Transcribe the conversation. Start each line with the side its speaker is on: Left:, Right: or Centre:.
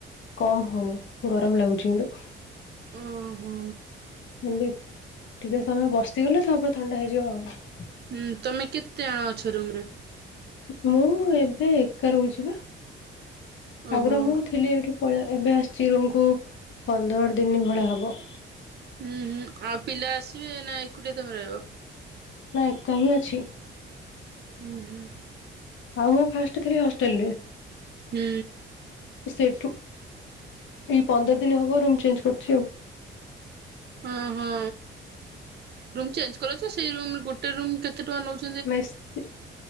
Left: କମ୍ ହଉନି ଗରମ ଲାଗୁଛି କିନ୍ତୁ।
Right: ଉଁ, ହୁଁ।
Left: ଏମତି ଟିକେ ସମୟ ବସିଗଲେ ତାପରେ ଥଣ୍ଡା ହେଇଯିବ ଆଉ।
Right: ହୁଁ, ତୋମେ କେତେ ଜଣ ଅଛ ରୁମ୍ ରେ?
Left: ମୁଁ ଏବେ ଏକା ରହୁଛି ବା।
Right: ଓହୋ
Left: ଆଗରୁ ମୁଁ ଥିଲି ଏଇଠି ପଳେ, ଏବେ ଆସିଛି ରୁମ୍ କୁ ପନ୍ଦର ଦିନ ଭଳିଆ ହବ।
Right: ହୁଁ, ହୁଁ ଆଉ ପିଲା ଆସିବେ ନା ଏକୁଟିଆ ତୋମେ ରହିବ?
Left: ନାଇଁ ଏକା ହିଁ ଅଛି।
Right: ହୁଁ, ହୁଁ।
Left: ଆଉ ମୁଁ ଫାଷ୍ଟ ଥିଲି ହଷ୍ଟେଲ୍ ରେ।
Right: ହୁଁ।
Left: ସେଠୁ ଏଇ ପନ୍ଦର ଦିନ ହବ ରୁମ୍ ଚେଞ୍ଜ କରିଛି ଆଉ।
Right: ଓ ହଁ, ରୁମ୍ ଚେଞ୍ଜ କଲ ଯେ ସେଇ ରୁମ୍ ରେ ଗୋଟେ ରୁମ୍ କେତେ ଟଙ୍କା ନଉଛ
Left: ମେସି,